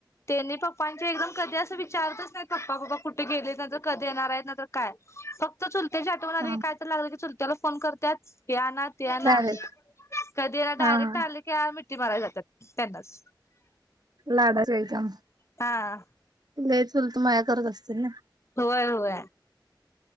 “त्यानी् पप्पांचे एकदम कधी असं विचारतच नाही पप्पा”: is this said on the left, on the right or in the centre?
Left